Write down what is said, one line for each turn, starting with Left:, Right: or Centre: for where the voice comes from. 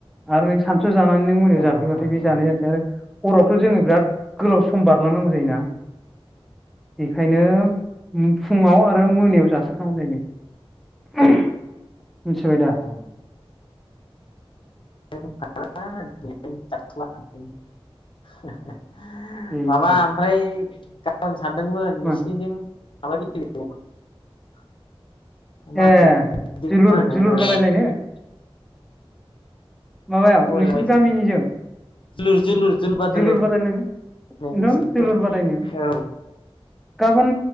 Centre: आरो नों सानस' जानानै नों मोनायाव
Left: औ
Centre: जाफैबाथाय
Left: औ
Centre: बे जानाय
Left: औ
Centre: जानोसै आरो हरावथ' जोङो बिराद गोलाव सम बारलांनांगौ जायोना ओंखायनो फुङाव आरो मोनायाव जाथारनांगौ जायो नो। मिथिबाय दा?
Left: औ <unintelligible> <unintelligible>
Centre: दे
Left: माबा
Centre: दे
Left: ओमफ्राय गाबोन सानदोंमोन नोंसिनिजों
Centre: मा
Left: <unintelligible>
Centre: ए
Left: होनो बिदिखौ
Centre: जोलुर
Left: मा होनो
Centre: जोलुर
Left: ओ
Centre: बादायलायनो। माबायाव
Left: बावलायलांबायसो
Centre: नोंसोर गामिनिजों।
Left: जोलुर जोलुर बादायलायनाय
Centre: जोलुर बादायलायनो
Left: नोंसि
Centre: नोंथां जोलुर बादायनो?
Left: औ
Centre: गाबोन